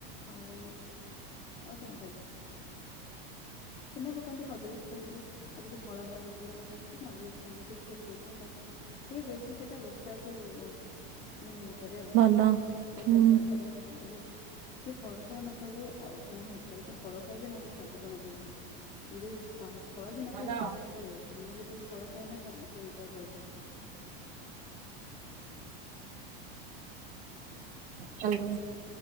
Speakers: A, on the left (about 15°); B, on the right (about 70°).
A: ଆଉ ଆଉ କଣ ପକାନ୍ତି। ଛେନା ପକାନ୍ତି କଦଳୀ ପକାନ୍ତି। ଆଉ କିଛି ଫଳ ଫଳ ପକେଇଲେ ପକାନ୍ତି ନହେଲେ ସେମିତି ବି କିଏ ପିଇଲେ ହେଟା ବି ଟିକେ ବେଶୀ ସେଟା ଓସା କୁ ମାନେ ଇଏ କରେ ଆଉ
B: ଭଲ ହୁଁ।
A: ଓଷା <inaudible> ଯିଏ ଫଳ ଫଳ ନ ଖାଇବ ଅ ମାନେ ଓଷାରେ ତ ଫଳ ଖାଇବେ ନହେଲେ ସାଗୁ ପଣା ପିଇବେ। ଯଦି ସ ଫଳ ଯିଏ ନ
B: ହ୍ୟାଲୋ
A: ଖାଇବ ତା ପାଇଁ ଏଇଟା ବେଷ୍ଟ ମୁଁ ଯେହେତୁ ଫଳ ଖାଇନା ତ ମତେ ଏଇଟା ଭଲ ଲାଗେ।
B: ହ୍ୟାଲୋ।